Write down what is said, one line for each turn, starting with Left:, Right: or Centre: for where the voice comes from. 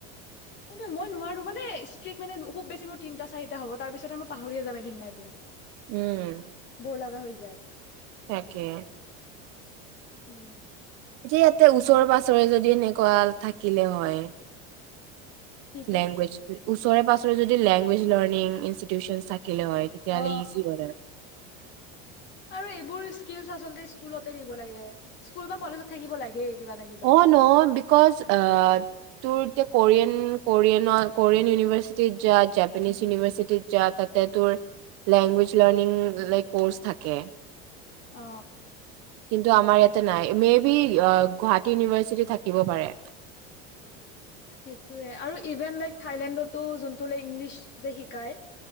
Left: এইটো মই নোৱাৰো মানে ষ্ট্ৰিক্ মানে খুব বেছি মোৰ তিনটা চাৰটা হ'ব তাৰপিছতে মই পাহৰীয়ে যাম এদিন না এদিন। <unintelligible>
Right: উম
Left: বৰ লগা হৈ যায়
Right: তাকে
Left: উম
Right: এতিয়া ইয়াতে ওচৰে পাজৰে যদি এনেকুৱা থাকিলে হয়।
Left: কি কি?
Right: লেংগুৱেজ ওচৰে পাজৰে যদি লেংগুৱেজ লাৰ্নিং ইনষ্টিটিউচন থাকিলে হয়। তেতিয়াহ'লে
Left: অ
Right: ইজি হ'ল হয়।
Left: আৰু এইবোৰ স্কিলচ আচলতে স্কুলতে দিব লাগে স্কুল বা কলেজত থাকিব লাগেই। কিবা না কিবা
Right: অ
Left: এটা।
Right: ন বিক'জ আ তোৰ এতিয়া কোৰিয়ান কোৰিয়নৰ কোৰিয়ান ইউনিভাৰ্চিটিত যা জাপানীজ ইউনিভাৰ্চিটিত যা তাত তাতে তোৰ লেংগুৱেজ লাৰ্ণিং লাইক ক'ৰ্চ থাকে।
Left: অ
Right: কিন্তু আমাৰ ইয়াতে নাই মে ভি গুৱাহাটী ইউনিভাৰ্চিটি থাকিব পাৰে।
Left: সেইটোৱে আৰু ইভেন লাইক থাইলেণ্ডটো যোনটো লাইক ইংলিছ যে শিকায়